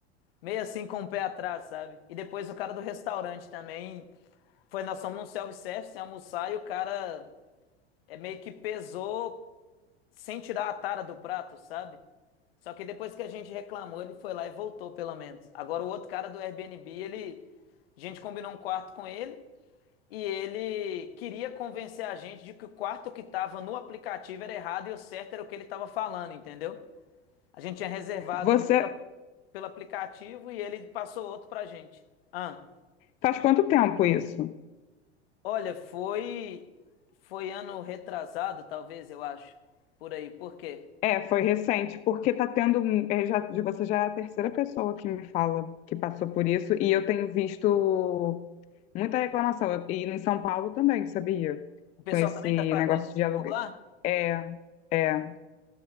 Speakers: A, on the left; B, on the left.
A: Meio assim com o pé atrás, sabe? E depois o cara do restaurante também. Foi, nós fomos num self-service sem almoçar e o cara é meio que pesou sem tirar a tara do prato, sabe? Só que depois que a gente reclamou, ele foi lá e voltou, pelo menos. Agora o outro cara do Airbnb, ele. A gente combinou um quarto com ele e ele queria convencer a gente de que o quarto que tava no aplicativo era errado e o certo era o que ele tava falando, entendeu? A gente tinha reservado
B: Você
A: um pela, pelo aplicativo e ele passou outro pra gente. Ah,
B: faz quanto tempo isso?
A: olha, foi foi ano retrasado, talvez, eu acho. Por aí. Por quê?
B: É, foi recente, porque tá tendo um, é, já, de você já é a terceira pessoa que me fala que passou por isso e eu tenho visto muita reclamação e em São Paulo também, sabia?
A: O pessoal
B: Com esse
A: também tá fazendo
B: negócio de aluguel.
A: por lá?
B: É, é,